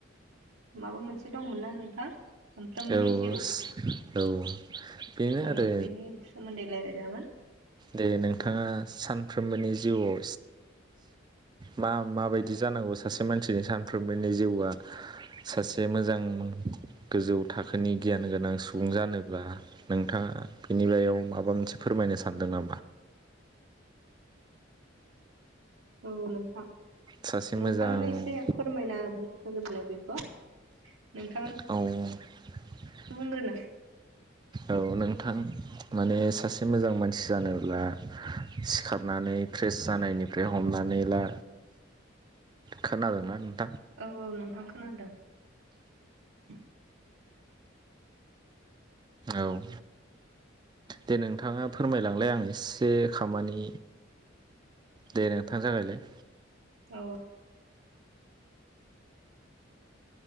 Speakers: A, on the right (about 85°); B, on the right (about 20°).
A: माबा मोनसे दंमोन ना नोंथां सानफ्रोमबोनि
B: औ
A: जिउ
B: औ बेनो
A: अ
B: आरो
A: बेनि सोमोन्दै रायलायजागोन।
B: दे नोंथाङा सानफ्रोमबोनि जिउआव मा माबायदि जानांगौ सासे मानसिनि सानफ्रोमबोनि जिउआ सासे मोजां गोजौ थाखोनि गियान गोनां सुबुं जानोब्ला नोंथाङा बिनि बायाव माबा मोनसे फोरमायनो सान सानदों ना
A: औ नोंथां
B: सासे मोजां
A: नोंथाङानो एसे फोरमायना होग्रोलाय बेखौ नोंथां
B: औ
A: बुग्रोरनाय
B: औ नोंथां माने सासे मोजां मानसि जानोब्ला सिखारनानै फ्रेस जानायनिफ्राय हमनानै ला खोनादोंना नो?
A: औ औ नोंथां खोनादों। <inaudible>
B: औ दे नोंथाङा फोरमायलांलाय आं एसे खामानि दे नोंथां जागायलाय
A: औ।